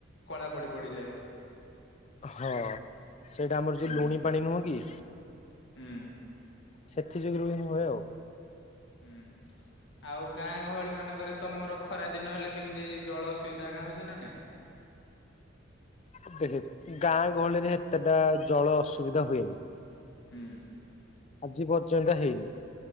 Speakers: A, on the left; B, on the left.
A: କଳା ପଡ଼ିପଡ଼ି ଯାଏ।
B: ହଁ ସେଇଟା ଆମର
A: ହୁଁ
B: ଯୋଉ ଲୁଣି ପାଣି ନୁହଁ କି
A: ହୁଁ
B: ସେଥି ଯୁଗୁରୁ ହୁଏ ଆଉ।
A: ହୁଁ ଆଉ ଗାଁ ଗହଳି ମାନଙ୍କରେ ତମର ଖରା ଦିନ ହେଲେ କେମିତି ଜଳ ଅସୁବିଧା ହେକା ହଉଛି ନା ନାଇ।
B: <unintelligible> ଗାଁ ଗହଳିରେ ହେତେଟା ଜଳ ଅସୁବିଧା ହୁଏନି।
A: ହୁଁ।
B: ଆଜି ପର୍ଯ୍ୟନ୍ତ ହେଇନି